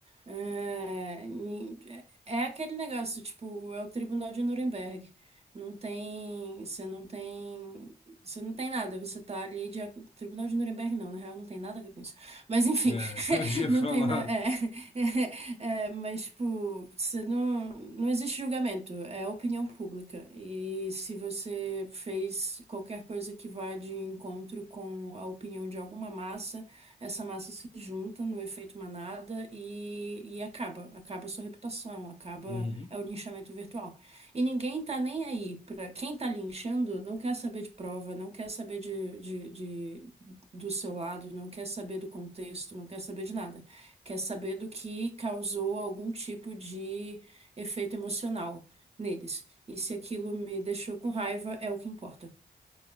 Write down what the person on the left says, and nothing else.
É, <laughs>
eu já ia falar.
Uhum.